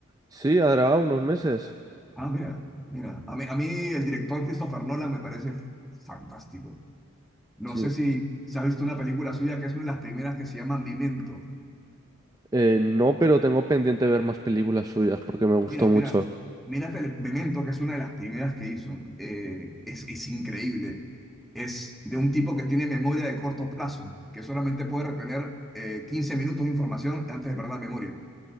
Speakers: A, on the right (about 15°); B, in the centre.
A: Sí, hará unos meses.
B: Ah, mira, mira. A mí, a mí el director Christopher Nolan me parece fantástico. No
A: Sí.
B: sé si se ha visto una película suya que es una de las primeras que se llama Memento.
A: Eh, no, pero tengo pendiente ver más películas suyas porque me gustó
B: Mira,
A: mucho.
B: mira, mírate el experimento que es una de las primeras que hizo. Eh, es, es increíble. Es de un tipo que tiene memoria de corto plazo, que solamente puede retener eh, 15 minutos de información antes de perder la memoria.